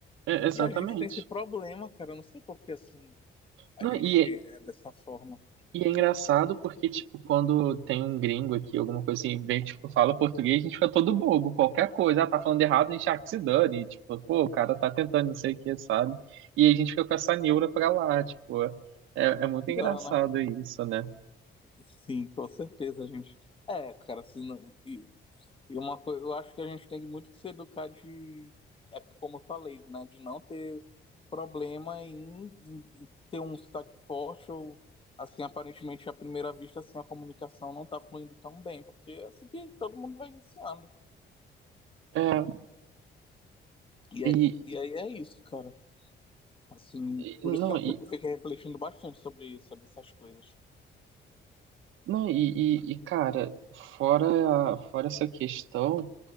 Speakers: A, on the right (about 85°); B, on the left (about 25°).
A: é, exatamente.
B: E a gente tem esse problema, cara, eu não sei por que assim a
A: Não,
B: gente
A: e
B: é dessa forma.
A: E é engraçado porque, tipo, quando tem um gringo aqui, alguma coisa assim, vem, tipo, fala português, a gente fica todo bobo, qualquer coisa, ah, tá falando errado, a gente, ah, que se dane, tipo, pô, o cara tá tentando, não sei o que, sabe? E a gente fica com essa neura pra lá, tipo, é, é muito
B: Engana.
A: engraçado isso, né?
B: Sim, com certeza, gente. É, cara, assim, não- e E uma coisa, eu acho que a gente tem muito que se educar de, é como eu falei, né, de não ter problema em, em- em ter um sotaque forte ou assim, aparentemente à primeira vista, assim, a comunicação não tá fluindo tão bem, porque é assim que todo mundo vai iniciando.
A: É,
B: E,
A: e,
B: é- e aí é isso, cara. Assim,
A: e-
B: por
A: não,
B: isso que eu
A: e,
B: fico, fiquei refletindo bastante sobre, sobre essas coisas.
A: não, e, e, e, cara, fora, fora essa questão,